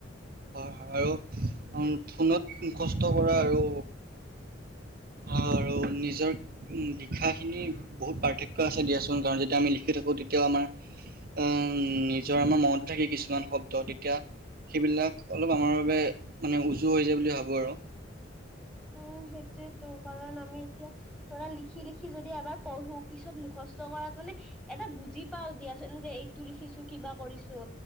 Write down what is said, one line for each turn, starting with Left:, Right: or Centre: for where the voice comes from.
Right: হয়, হয় আৰু ফোনত কষ্ট কৰা আৰু আৰু নিজৰ, উম, লিখাখিনি বহুত পাৰ্থক্য আছে, দিয়াচোন কাৰণ যেতিয়া আমি লিখি থাকোঁ! তেতিয়াও আমাৰ উমা, নিজৰ আমাৰ মনতে থাকে কিছুমান শব্দ তেতিয়া, সেইবিলাক অলপ আমাৰ বাবে মানে উজু হৈছেবুলি ভাবো, আৰু
Centre: উম, সেইটোয়েতো কাৰণ আমি এতিয়া, ধৰা লিখি লিখি যদি এবাৰ পঢ়ো, পিছত মুখস্থ কৰাত মানে, এটা বুজি পাও দিয়াচোন যে, এইটো লিখিছো কিবা কৰিছো!